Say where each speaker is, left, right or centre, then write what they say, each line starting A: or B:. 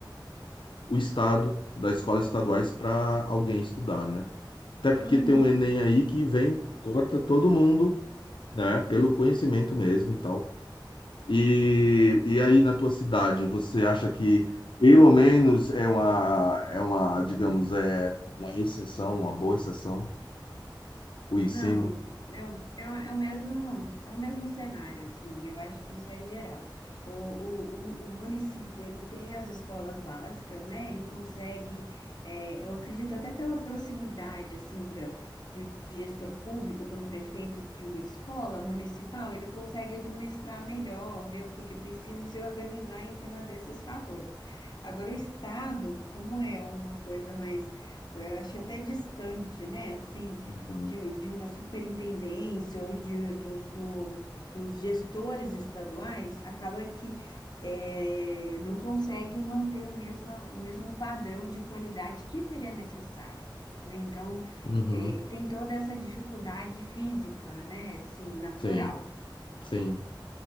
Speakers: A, on the left; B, on the left.
A: o estado das escolas estaduais para alguém estudar, né? Até porque
B: Uhum.
A: tem um Enem aí que vem, corta todo mundo, né? Pelo conhecimento mesmo e tal. E, e aí na tua cidade, você acha que pelo menos é uma, é uma, digamos, é uma exceção, uma boa exceção, o ensino?
B: Não, é o, é o, é o mesmo, é o mesmo cenário, assim, eu acho que isso é geral. O, o, o, o município, ele tem as escolas básicas, né, ele consegue, é, eu acredito até pela proximidade, assim, da, do gestor público, de um prefeito de uma escola municipal, ele consegue administrar melhor, ver o que que precisa e se organizar em cima desses fatores. Agora, o Estado, como é uma coisa mais, eu acho que até distante, né, assim,
A: Uhum.
B: de, de uma superintendência ou de, do, do- dos gestores estaduais, acaba que eh, não consegue manter o mesmo, o mesmo padrão de qualidade que seria necessário, né? Então,
A: Uhum.
B: eh, tem toda essa dificuldade física, né? Assim, natural.
A: Sim, sim.